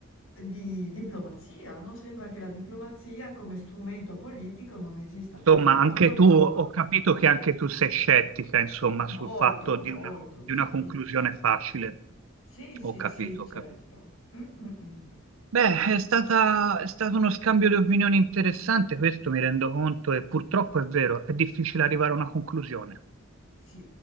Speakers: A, on the left (about 75°); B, on the right (about 80°).
A: di diplomazia, no? Sembra che la diplomazia come strumento politico non esista più,
B: Insomma,
A: no?
B: anche
A: Proprio
B: tu, ho capito che anche tu sei scettica, insomma,
A: molto,
B: sul fatto di
A: molto,
B: una, di
A: sì,
B: una conclusione
A: sì.
B: facile.
A: Sì, sì,
B: Ho capito,
A: sì, certo.
B: ho capito.
A: Mh, mh, mh, mh.
B: Beh, è stata- è stato uno scambio di opinioni interessante, questo mi rendo conto, e purtroppo è vero, è difficile arrivare a una conclusione.
A: Sì.